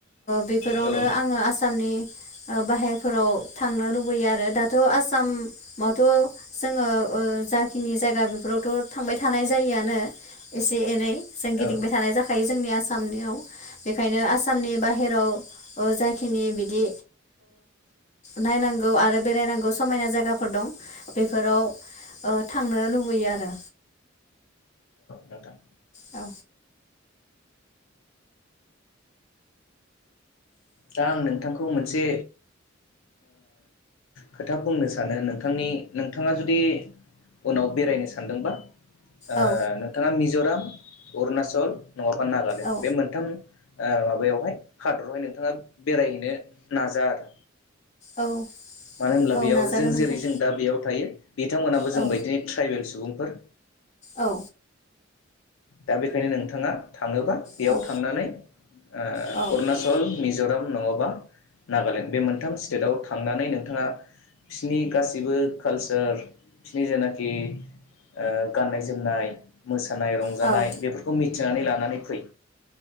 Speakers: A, on the left (about 35°); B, on the left (about 80°).
A: बेफोरावनो
B: औ
A: आङो आसामनि बाहेरफोराव थांनो लुबैयो आरो दाथ' आसामाव थ' जोङो जाखिनि जायगा बेफोरावथ' थांबाय थानाय जायोआनो एसे एनै जों गिदिंबाय
B: औ
A: थानाय जाखायो जोंनि आसामनियाव बेखायनो आसामनि बाहेराव जाखिनि बिदि नायनांगौ आरो बेरायनांगौ समायना जायगाफोर दं बेफोराव थांनो लुबैयो आरो
B: नोंथां
A: औ
B: दा आं नोंथांखौ मोनसे खोथा बुंनो सानो नोंथांनि नोंथाङा जुदि उनाव बेरायनो सानदोंबा ओ
A: औ
B: नोंथांआ मिज मिज'राम अरुणाचल नङाबा नागालेण्ड
A: औ
B: बे मोनथाम माबायावहाय हादरावहाय नोंथाङा बेरायहैनो नाजा आरो
A: औ
B: मानो होनब्ला
A: औ
B: बेयाव
A: नाजागोन
B: जों
A: नोंथां
B: जेरै जों दा बेयाव थायो बिथांमोनहाबो
A: औ
B: जों बदिनो ट्राइबेल सुबुं फोर
A: औ
B: दा बेखायनो नोंथाङा थाङोबा बेयाव
A: औ
B: थांनानै अरुनाचल,
A: औ
B: मिज'राम नङाबा नागालेण्ड बे मोनथाम स्टेट आआव थांनानै नोंथाङा बिसनि गासिबो कालचार बिसिनि जानाखि ओं गाननाय - जोमनाय मुस्रि मोसानाय रंजानाय
A: औ औ
B: बेफोरखौ मि मिथिनानै लानानै फै।